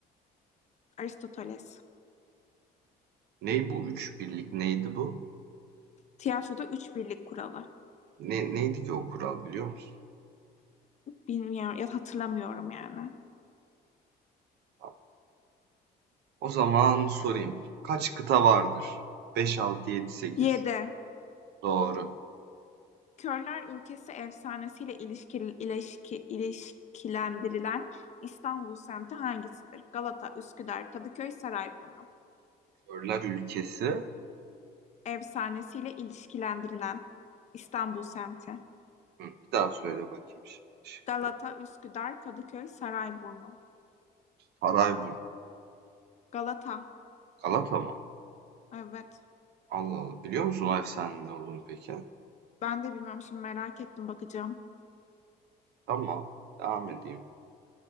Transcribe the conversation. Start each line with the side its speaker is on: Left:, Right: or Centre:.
Left: Aristoteles.
Right: Ney bu üç birlik neydi bu?
Left: Tiyatroda üç birlik kuralı.
Right: Ne, neydi ki o kural biliyor musun?
Left: Bilmiyorum ya da hatırlamıyorum yani.
Right: Tamam. O zaman sorayım. Kaç kıta vardır? beş 6 7 sekiz
Left: 7.
Right: Doğru.
Left: Körler Ülkesi efsanesiyle ilişki, ilişki, ilişkilendirilen İstanbul semti hangisidir? Galata, Üsküdar, Kadıköy, Sarayburnu.
Right: Körler ülkesi
Left: Efsanesiyle ilişkilendirilen İstanbul semti.
Right: Hı, bir daha söyle bakayım şimdi şıkları.
Left: Galata, Üsküdar, Kadıköy, Sarayburnu.
Right: Sarayburnu,
Left: Galata.
Right: Galata mı?
Left: Evet.
Right: Allah Allah. Biliyor musun o efsanenin ne olduğunu peki?
Left: Ben de bilmiyorum şimdi merak ettim bakacağım.
Right: Tamam. Devam edeyim.